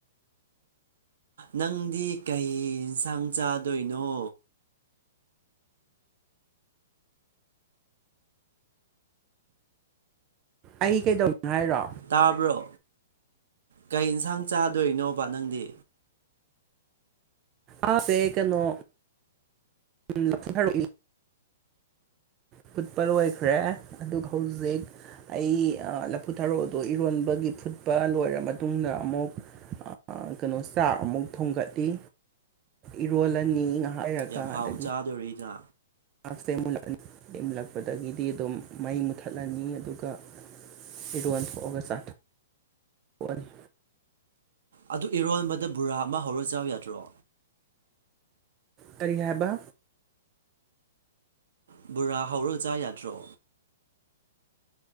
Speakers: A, on the right; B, on the right.
A: ꯅꯪꯗꯤ ꯀꯩ ꯌꯦꯟꯁꯥꯡ ꯆꯥꯗꯣꯏꯅꯣ
B: ꯑꯩ ꯀꯩꯗꯧꯅꯤ ꯍꯥꯏꯔꯣ
A: ꯇꯥꯕ꯭ꯔꯣ ꯀꯩ ꯌꯦꯟꯁꯥꯡ ꯆꯥꯗꯣꯏꯅꯣꯕ ꯅꯪꯗꯤ
B: ꯑ ꯇꯗꯦ ꯅꯣ ꯎꯝꯨꯡ ꯊꯔꯛꯏ <unintelligible> ꯐꯨꯠꯄ ꯑꯣꯏꯈ꯭ꯔꯦ ꯑꯗꯨꯒ ꯍꯧꯖꯤꯛ ꯑꯩ ꯂꯐꯨ ꯊꯔꯣ ꯑꯗꯨ ꯏꯔꯣꯟꯕꯒꯤ ꯐꯨꯠꯄ ꯂꯣꯏꯔ ꯃꯇꯨꯡꯗ ꯑꯃꯨꯛ ꯀꯩꯅꯣ ꯆꯥꯛ ꯑꯃꯨꯛ ꯊꯣꯡꯒꯠꯂꯤ ꯏꯔꯣꯜꯂꯅꯤ ꯉꯥꯏꯍꯥꯛ ꯉꯥꯏꯍꯛ
A: ꯌꯥꯝ
B: ꯂꯩꯔꯒꯥ
A: ꯍꯥꯎꯅ
B: ꯑꯗꯥ
A: ꯆꯥꯗꯣꯔꯤꯅ
B: ꯃꯥꯛꯁꯦꯨ ꯃꯨꯜꯂꯛꯄꯗꯒꯤꯗꯤ ꯑꯗꯨꯝ ꯃꯩ ꯃꯨꯠꯊꯠꯂꯅꯤ ꯑꯗꯨꯒ ꯏꯔꯣꯟ ꯊꯣꯛ ꯑꯒ ꯆꯊꯣꯛ ꯑꯅꯤ
A: ꯑꯗꯨ ꯏꯔꯣꯟꯕꯗ ꯕꯣꯔꯥ ꯑꯃ ꯍꯧꯔꯒ ꯆꯥꯎꯕ ꯌꯥꯗ꯭ꯔꯣ
B: ꯀꯔꯤ ꯍꯥꯏꯕ
A: ꯕꯣꯔꯥ ꯍꯧꯔꯣꯖꯥ ꯌꯥꯗ꯭ꯔꯣ